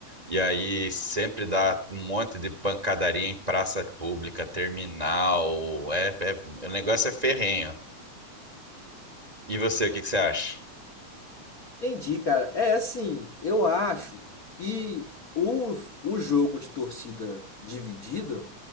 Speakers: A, on the right; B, on the left.
A: E aí sempre dá um monte de pancadaria em praça pública, terminal. É, é- o negócio é ferrenho. E você, o que que você acha?
B: Entendi, cara. É assim, eu acho que o, o jogo de torcida dividida